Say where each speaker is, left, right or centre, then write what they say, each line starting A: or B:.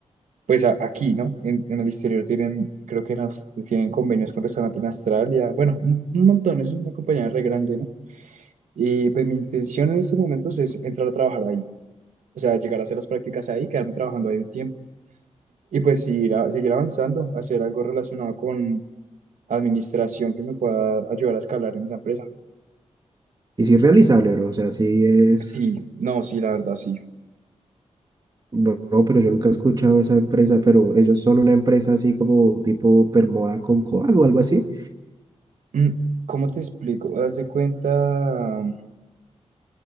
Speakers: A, on the right; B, on the right.
A: Pues a- aquí, ¿no? En, en el exterior tienen, creo que en Aus- tienen convenios con restaurantes en Australia, bueno, un, un montón, es una compañía re grande, ¿no? Y pues mi intención en estos momentos es entrar a trabajar ahí, o sea, llegar a hacer las prácticas ahí, quedarme trabajando ahí un tiempo y pues ir a- seguir avanzando, hacer algo relacionado con administración que me pueda ayudar a escalar en esa empresa.
B: Y sí es realizable, bro, o sea, sí es...
A: Sí, no, sí, la verdad, sí.
B: Bro, pero yo nunca he escuchado esa empresa, pero ellos son una empresa así como tipo Permoda con Coag o algo así.
A: Mm, ¿Cómo te explico? Haz de cuenta,